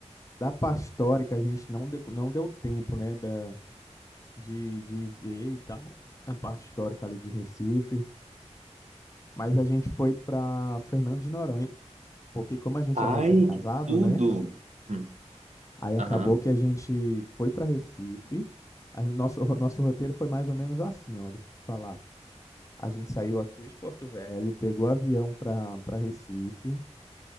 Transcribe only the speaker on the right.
Ai,
que tudo!
Hum.
Aham.